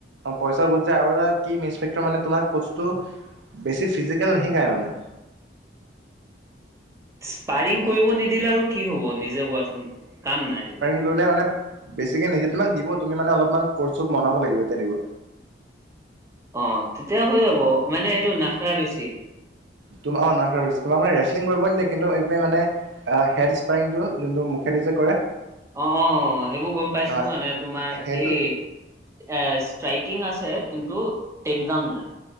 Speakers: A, on the right; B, on the right.
A: অ পইচা বহুত যায় আৰু এটা কি মিছফেক্টৰ মানে তোমাক কচটো বেছি ফিজিকেল নিশিকাই মানে।
B: স্পাইৰিং কৰিব নিদিলে আৰু কি হব নিজে কোৱাচোন কাম নাই সেইটো
A: ধৰিলে মানে বেছিকে নিজে তোমাক দিব তুমি মানে অলপমান কচটোক মনাব লাগিব তেতিয়া দিব
B: অ তেতিয়া হৈ যাব মানে এইটো নাখায় বেছি
A: তোমাৰ অ নাখায় বেছি তোমাক মানে ৰেচলিং কৰিবই নিদিয়ে কিন্তু এক মানে হেড স্প্ৰাইংটো যোনটো মুখেদি যে কৰে
B: অ অ সেইবোৰ গম পাইছো
A: আহ
B: মানে তোমাৰ
A: সেইটো
B: এই এ ষ্ট্ৰাইকিং আছে কিন্তু টেক ডাউন নাই